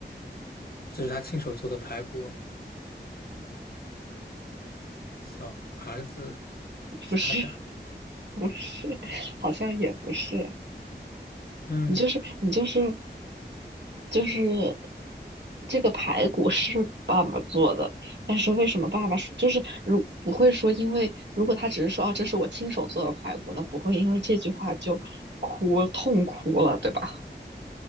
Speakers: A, on the left; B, on the right.
A: 这是他亲手做的排骨。小儿子
B: <laughs>
A: 是他家，
B: 不是，<laughs> 不是，好像也不是。
A: 嗯
B: 你就是你就是就是这个排骨是爸爸做的，但是为什么爸爸是就是如不会说，因为如果他只是说哦，这是我亲手做的排骨，那不会因为这句话就哭痛哭了，对吧？